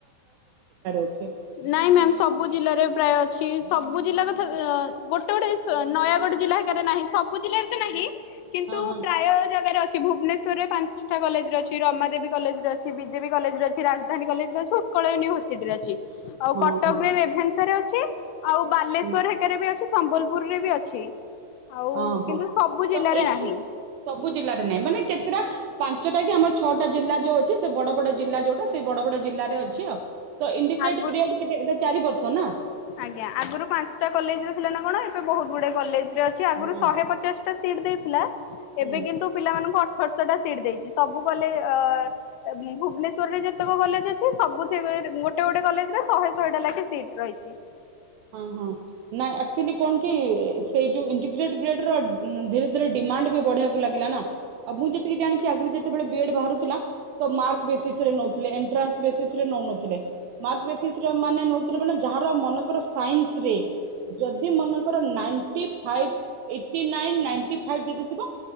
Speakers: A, on the right; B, on the left.
A: ଅଛି।
B: ନାଇଁ ମ୍ୟାାମ ସବୁ ଜିଲ୍ଲାରେ ପ୍ରାୟ ଅଛି। ସବୁ ଜିଲ୍ଲା କଥା ଏଁ ଗୋଟେ ଗୋଟେ ଗୋଟେ ଉଁ ସ ନୟାଗଡ଼ ଜିଲ୍ଲାରେ ନାହିଁ ସବୁ ଜିଲ୍ଲାରେ ନାହିଁ କିନ୍ତୁ
A: ହଁ ହଁ
B: ପ୍ରାୟ ଜାଗାରେ ଅଛି। ଭୁବନେଶ୍ୱରରେ ପାଞ୍ଚଟା କଲେଜର ଅଛି ରମାଦେବୀ କଲେଜର ଅଛି ବିଜେପି କଲେଜର ଅଛି ରାଜ ଧାନୀ କଲେଜରେ ଅଛି ଉତ୍କଳ ୟୁନିଭର୍ସିଟିରେ ଅଛି। ଆଉ
A: ହଁ
B: କଟକ
A: ହଁ
B: ରେ ରେଭେନ୍ସାରେ ଅଛି। କି ଆଉ ବାଲେଶ୍ଵର
A: ହୁଁ
B: ହେରକାରେ ବି ଅଛି। ସମ୍ବଲପୁରରେ ବି ଅଛି। ଆଉ
A: ଓହୋ
B: କିନ୍ତୁ ସବୁ
A: ତ
B: ଜିଲ୍ଲାରେ
A: ଏଇ
B: ନାହିଁ
A: ଯୋଉୁ ସବୁ ଜିଲ୍ଲାରେ ନାହିଁ ମାନେ କେତେଟା ପାଞ୍ଚଟା କି ଆମର ଛଅଟା ଜିଲ୍ଲା ଯୋଉ ଅଛି ସେ ବଡ ବଡ ଜିଲ୍ଲା ଯୋଉଟା ସେଇ ବଡ ବଡ ଜିଲ୍ଲରେ ଅଛି ଆଉ। ତ ଇଣ୍ଡିଗ୍ରେଟ
B: ଆଗରୁ
A: ବ୍ରି ଏଡ଼ କେତେ <unintelligible> ଚାରି ବର୍ଷ ନା।
B: ଆଜ୍ଞା ଆଗରୁ ପାଞ୍ଚଟା କଲେଜ ରେ ଥିଲା ନା କଣ ଏବେ ବହୁତ ଗୁଡେ କଲେଜ ଅଛି ଆଗରୁ
A: ହୁଁ
B: ଶହେ ପଚାଶଟା ସିଟ ଦେଇଥିଲା
A: ହୁଁ
B: ଏବେ କିନ୍ତୁ ପିଲା ମାନଙ୍କୁ ଅ ଅଠରଶହଟା ସିଟ୍ ଦେଇଛି ସବୁ କଲେ ଅ ଭୁବନେଶ୍ୱରରେ ଯେତେକ କଲେଜ ଅଛି ସବୁଥି ଗୋଟେ ଗୋଟେ କଲେଜରେ ଶହେ ଶହେଟା ଲାଖେ ସିଟ୍ ରହିଛି।
A: ହଁ ହଁ ନାଁ ଆକଚୁଆଲି କଣ କି ସେଇ ଯୋଉ ଇଣ୍ଟିଗ୍ରେଟ ବି ଏଡ଼ ର ଧୀରେ ଧୀରେ ଡିମାଣ୍ଡ ବି ବଢିବାକୁ ଲାଗିଲା ନା ଆଉ ମୁଁ ଯେତିକି ଜାଣିଛି ଆଗରୁ ଯେତେବେଳେ ବିଏଡ ବାହାରୁଥିଲା ତ ମାର୍କ ବେସିସ ରେ ନଉଥିଲେ ଏଣ୍ଟ୍ରାନ୍ସ ବେସିସରେ ନଉନଥିଲେ ମାର୍କ ବେସିସ ମାନେ ନଉଥିଲେ ମାନେ ଯାହାର ମନେକର ସାଇନ୍ସରେ ଯଦି ମନେଙ୍କର ନାଇଣ୍ଟି ଫାଇ ଏଟି ନାଇ ନାଇ ଫ ଯଦି ଥିବ